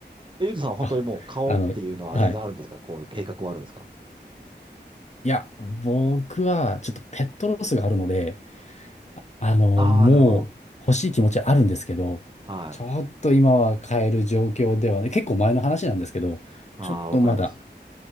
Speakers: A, on the right; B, on the left.
A: えゆうとさんは本当にもう買おうっていうのは全然あるんですかこういう計画はあるんですか
B: あ、あの、はい。いや、僕は、ちょっとペットロスがあるので、あの、
A: ああー、
B: もう欲しい気持ちはあるんですけど、
A: なるほど。はい。
B: ちょっと今は買える状況ではね、結構前の話なんですけど、
A: ああ、
B: ちょっとまだ、
A: わかります。